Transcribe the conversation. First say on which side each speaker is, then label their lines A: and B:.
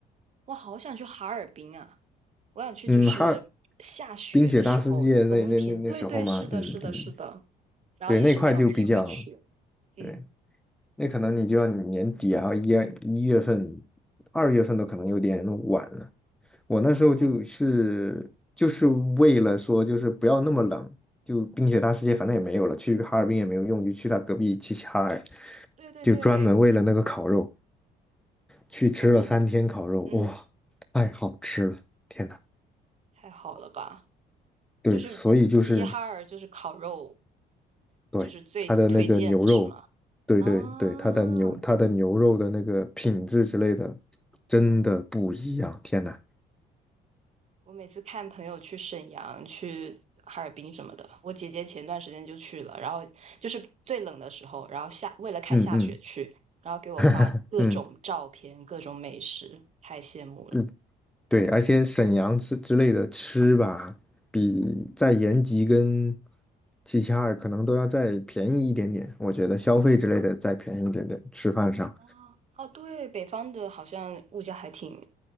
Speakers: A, on the right (about 40°); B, in the centre.
A: 我好想去哈尔滨啊！我想去，
B: 嗯，
A: 就是下雪的时候，
B: 哈尔冰雪大世界那那那那时候嘛，
A: 冬天。对对，是的，
B: 嗯嗯，
A: 是的，是的。然后一直没有机会去。
B: 对，那块就比较
A: 嗯，
B: 对。那可能你就要年底啊，一二一月份、二月份都可能有点晚了。我那时候就是就是为了说，
A: 哦，
B: 就是不要那么冷，就冰雪大世界反正也没有了，
A: 嗯，
B: 去哈尔滨也没有用，就去他隔壁齐齐哈尔，
A: 对对对，
B: 就专门为了那个烤肉去吃了三天烤肉，
A: 我的，嗯，
B: 哇，太好吃了，天呐，
A: 太好了吧？
B: 对，
A: 就是齐齐哈尔，
B: 所以就是
A: 就是烤肉，
B: 对，
A: 就是最推荐的是吗？
B: 它的那个牛肉，对对对，
A: 啊，
B: 它的牛它的牛肉的那个品质之类的，真的不一样，
A: 嗯。
B: 天呐，
A: 我每次看朋友去沈阳、去哈尔滨什么的，我姐姐前段时间就去了，然后就是最冷的时候，然后下为了看下雪去，
B: 嗯嗯，
A: 然后给我发各种照片、
B: <laughs> 嗯，
A: 各种美食，太羡慕了。
B: 对对，而且沈阳之之类的吃吧，比在延吉跟齐齐哈尔可能都要再便宜一点点，我觉得消费之类的再便宜一点点，
A: 嗯。
B: 吃饭上。
A: 啊，哦，对，北方的好像物价还挺